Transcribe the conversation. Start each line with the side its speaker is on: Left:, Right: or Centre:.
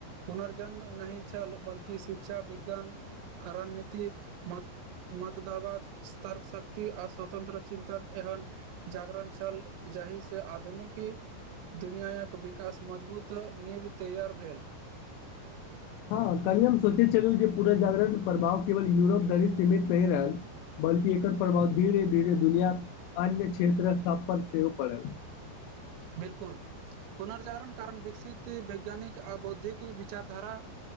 Right: पुनर्जन्म नहि छल बल्कि शिक्षा विज्ञान रणनीति मत मतदावाद स्तर शक्ति आ स्वतन्त्र चिन्तन एहन जागरन छल जहि से आधुनिकी दुनिआक विकास मजबूत नीब तैयार भेल
Left: हँ कलहि हम सोचे छलहुँ जे पुनजगरण प्रभाव केवल यूरोप धरी सीमित नहि रहल बल्कि एकर प्रभाव धीरे धीरे दुनिया अन्य क्षेत्र स्थापन सेहो पङल
Right: बिलकुल पुनर्जागरण कारण विकसित वैज्ञानिक आ बौद्धिक विचारधाराक